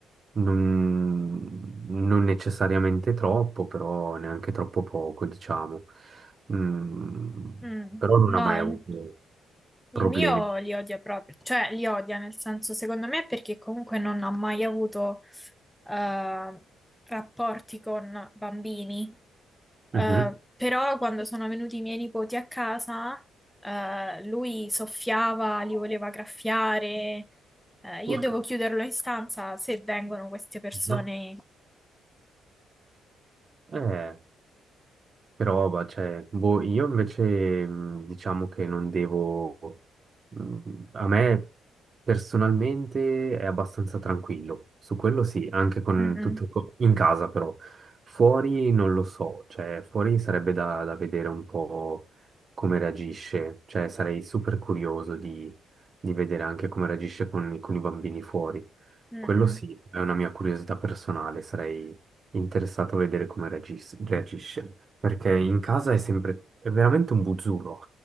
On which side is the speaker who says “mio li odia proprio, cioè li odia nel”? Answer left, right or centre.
Centre